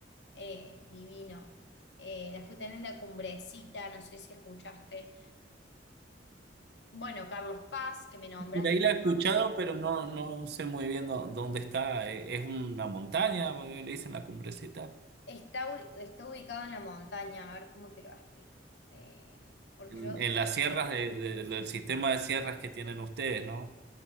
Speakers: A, on the left; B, on the right.
A: Eh, divino. Eh, después tenés la cumbrecita, no sé si escuchaste. Bueno, Carlos Paz, que me nombras
B: Por ahí
A: que
B: la
A: tu
B: he
A: mamá-
B: escuchado, pero no, no sé muy bien dó- dónde está. Eh, Es una montaña, porque le dicen la cumbrecita.
A: Está, u- está ubicado en la montaña, a ver cómo te lo explico. Eh, porque
B: En,
A: yo
B: en las sierras de- de- del sistema de sierras que tienen ustedes, ¿no?